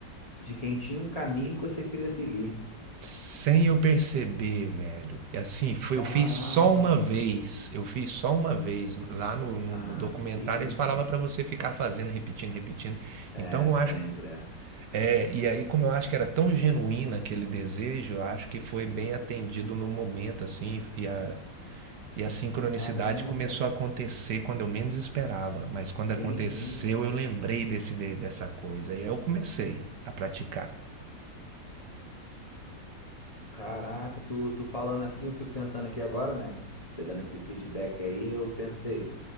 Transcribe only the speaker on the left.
de quem tinha um caminho que você queria seguir.
Caraca,
mano.
Ah,
que isso,
mano.
É,
sempre
é.
Caramba.
Sim,
sim.
Caraca, tu, tu falando assim, eu fico pensando aqui agora, né? Você dando esse feedback aí, eu pensei,